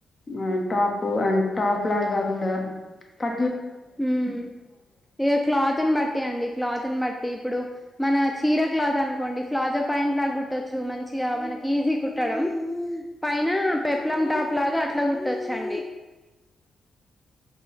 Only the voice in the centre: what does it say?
ఉమ్ ఇక క్లాత్న్ బట్టి అండి క్లాత్న్ బట్టి ట్టి ఇప్పుడు మన చీర క్లాత్ అనుకోండి ఫ్లాజా పాయింట్ లాగా కుట్టొచ్చు మంచిగా మనకి ఈజీ కుట్టడం పైన పెప్లం టాప్ లాగ అట్ల గు ట్టొచ్చండి